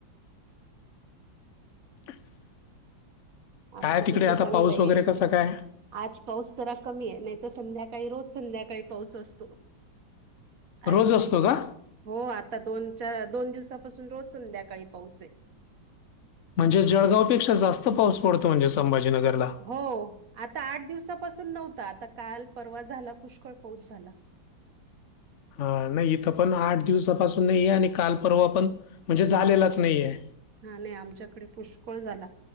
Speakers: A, on the left; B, on the right.
A: <inaudible>
B: आमचं
A: काय तिकडे
B: तस
A: आता
B: चांगलं
A: पाऊस
B: आहे.
A: वगैरे कसा काय
B: आज पाऊस जरा कमी आहे नाहीतर संध्याकाळी रोज संध्याकाळी पाऊस असतो.
A: रोज
B: आज नाहीये
A: असतो का
B: हो आता दोन चार दोन दिवसापासून रोज संध्याकाळी पाऊस आहे.
A: म्हणजे जळगावपेक्षा जास्त पाऊस पडतो म्हणजे संभाजीनगरला.
B: हो आता आठ दिवसापासून नव्हता आता काल परवा झाला पुष्कळ पाऊस झाला.
A: हा नाही इथं पण आठ दिवसापासून नाही आहेे आणि काल परवा पण म्हणजे झालेलाच नाहीेये.
B: हा नाही आमच्याकडे पुष्कळ झाला.